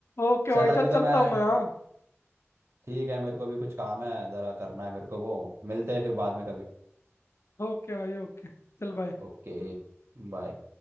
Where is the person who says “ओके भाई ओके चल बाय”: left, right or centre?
Left